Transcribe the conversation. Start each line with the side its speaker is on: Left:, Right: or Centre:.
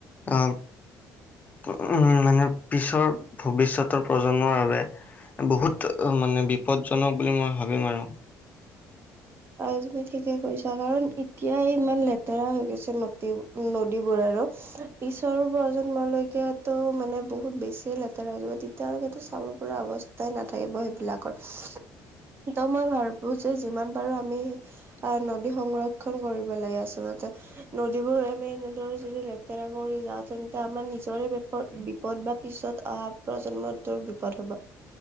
Left: অ উম মানে পিছৰ ভৱিষ্যতৰ প্ৰজন্মৰ বাবে বহুত মানে বিপদজনক বুলি মই ভাবিম আৰু <inaudible>
Right: আৰু তুমি ঠিকে কৈছা কাৰণ এতিয়াই ইমান লেতেৰা হৈ গৈছে নদী নদীবোৰ আৰু পিছৰ প্ৰজন্মলৈক তো মানে বহুত বেছিয়ে লেতেৰা হৈ যাব তে তিয়া আৰু চাব পৰা অৱস্থাই নাথাকিব সেইবিলাকত ত মই ভাব বো যে যিমান পাৰো আমি আহ নদী সংৰক্ষন কৰিব লাগে আচলতে নদীবোৰ আমি এনেদৰে যদি লেতেৰা কৰি যাওঁ তেন্তে আমাৰ নিজৰে বিপদ বি পদ বা পিছত অহা প্ৰজন্মটোৰ বিপদ হব।